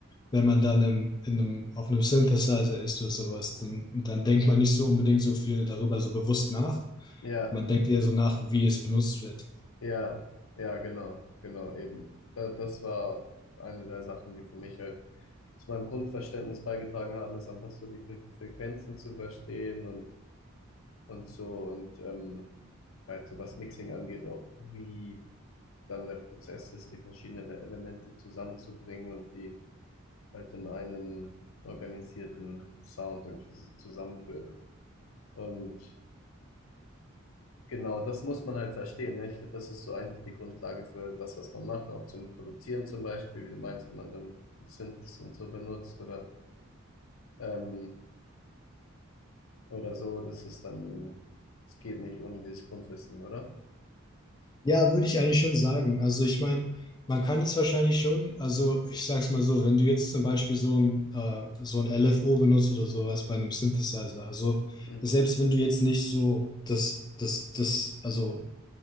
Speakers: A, on the left (about 20°); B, on the left (about 70°).
A: wenn man dann im, in einem, auf einem Synthesizer ist oder sowas, dann, dann denkt man nicht so unbedingt so viel darüber so bewusst nach.
B: Ja,
A: Man denkt eher so nach, wie es benutzt wird.
B: ja, ja, genau, genau, eben. Das, das war eine der Sachen, die für mich halt zu meinem Grundverständnis beigetragen haben, ist einfach so die Fre Frequenzen zu verstehen und, und so und ähm, halt so was Mixing angeht, auch wie dann der Prozess ist, die verschiedenen Elemente zusammenzubringen und die halt in einen organisierten Sound irgendwie so zusammenführt. Und genau, das muss man halt verstehen. Ne? Ich finde, das ist so eigentlich die Grundlage für das, was man macht, auch zum Produzieren zum Beispiel, wie du meinst, wenn man dann Synths und so benutzt oder, ähm, oder so, das ist dann, es geht nicht ohne dieses Grundwissen, oder?
A: Ja, würde ich eigentlich schon sagen. Also ich meine, man kann es wahrscheinlich schon, also ich sag's mal so, wenn du jetzt zum Beispiel so ein, äh, so ein LFO benutzt oder sowas bei einem Synthesizer, also
B: Hm.
A: selbst wenn du jetzt nicht so das, das, das, also